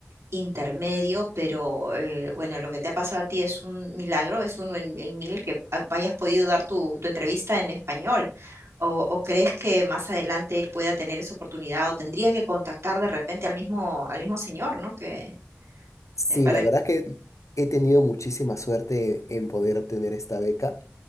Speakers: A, on the right (about 60°); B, on the left (about 80°).
A: intermedio, pero eh, bueno, lo que te ha pasado a ti es un milagro, es uno en, en mil que a- hayas podido dar tu, tu entrevista en español. O, o crees que más adelante él pueda tener esa oportunidad o tendría que contactar de repente al mismo, al mismo señor, ¿no? Que,
B: Sí,
A: eh, para...
B: la verdad que he tenido muchísima suerte en poder obtener esta beca.